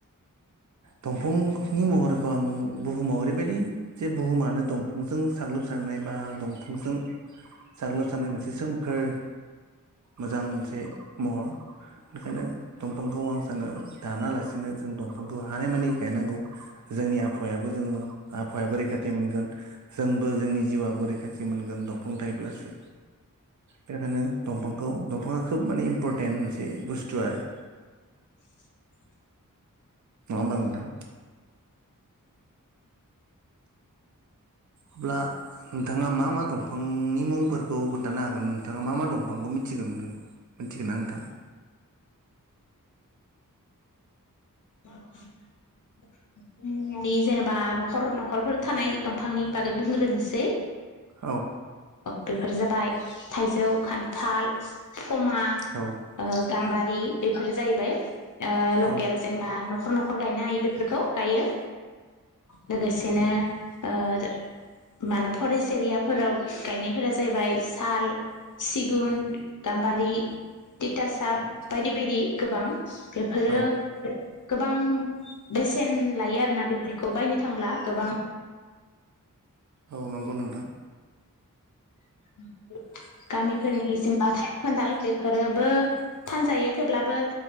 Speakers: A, on the right; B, on the left.
A: दंफां <unintelligible> महरखौ आं बुहुमाव ओरैबायदि जे बुहुमानो दंफांजों साग्लोबसारनाय बा दंफांजों साग्लोबसारनाय मोनसे सोमखोर मोजां मोनसे महर बेखायनो दंफांखौ आं सानो दानालासिनो जों दंफांखौ हानायमानि गायनांगौ जोंनि आबहावायाबो जोङो आहावायाबो रैखाथि मोनगोन जोंबो जोंनि जिउआबो रैखाथि मोनगोन दंफां थायोब्लासो बेनिखायनो दंफांखौ दंफाङा खोब माने इम्परटेन्ट मोनसे बुस्थु आरो।
B: <inaudible>
A: नङा होनबा नोंथां अब्ला नोंथाङा मा मा दंफांनि मुंफोरखौ खोन्थानो हागोन नोंथाङा मा मा दंफांखौ मिथिगोन नों मिथिगोन ना नोंथां?
B: <unintelligible> जोंनि हानि जेनेबा न'खर न'खरफोर थानाय दंफांनि बागै बुंग्रोनोसै
A: औ
B: औ बेफोर जाबाय थाइजौ खान्थाल फमा
A: औ
B: ओ गाम्बारि बे‌ फोरो जायैबाय ओ लकेल
A: औ
B: बा न'खर न'खर गायनो हायो बेफोरखौ गायो लोगोसेनो ओ दो मानो फरेस्ट एरियाफोराव गायनायफोरा जाहैबाय साल सिगुन गाम्बारि तितासाप
A: औ
B: बायदि बायदि। गोबां <unintelligible> बेफोरो
A: औ
B: <unintelligible> गोबां बेसेन लायो आरोना बेफोरखौ बायनो थांब्ला गोबां
A: औ नंगौ नोंथां
B: <unintelligible> गामिफोरनि जेनेबा थाइजौ खान्थाल बेफोरोबो फानजायो थेवब्लाबो